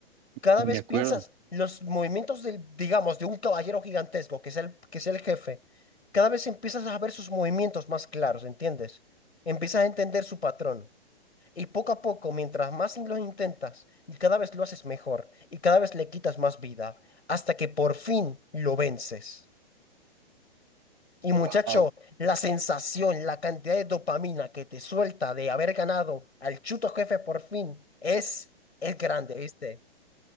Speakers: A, on the left; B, on the right.
A: Cada
B: De
A: vez
B: acuerdo.
A: piensas los movimientos del, digamos, de un caballero gigantesco, que es el, que es el jefe. Cada vez empiezas a ver sus movimientos más claros, ¿entiendes? Empiezas a entender su patrón. Y poco a poco, mientras más lo intentas, y cada vez lo haces mejor y cada vez le quitas más vida, hasta que por fin lo vences. Y muchacho,
B: Wow.
A: la sensación, la cantidad de dopamina que te suelta de haber ganado al chuto jefe por fin es, es grande, ¿viste?